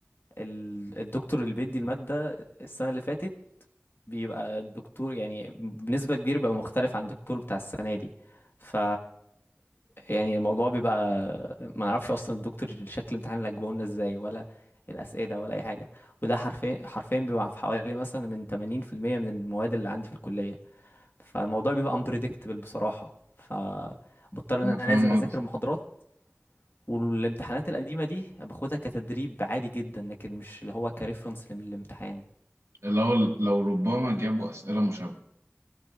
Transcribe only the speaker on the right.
أنا
فاهم
قصدي
لو لو ربما جابوا أسئلة مشابهة